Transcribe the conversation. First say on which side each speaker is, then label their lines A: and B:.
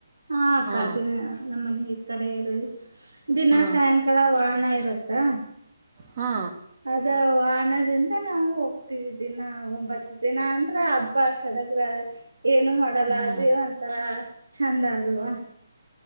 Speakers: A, on the right; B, on the right.
A: ಹಾಕ್ಕ್ದೇನೆ
B: ಹಾ
A: ನಮ್ಮ ಮನೆ ಹೇತ ಕಡೆ ಇರಿ ದಿನ
B: ಹಾ
A: ಸಾಯಂಕಾಲ ವಾಣ ಇರತ್ತಾ
B: ಹಾ
A: ಅದ ಆನದನ್ ಈಗ ನಾವು ಹೋಗ್ತೀವಿ ದಿನ ಒಂಬತ್ತು ದಿನ ಅಂದ್ರ ಹಬ್ಬ ಸಡಗ್ರ ಏನು ಮಾಡಲ್ಲ
B: ಹ್ಮ್
A: ಅದುೇ ಒಂತರ ಚಂದ ಅಗಲ್ವಾ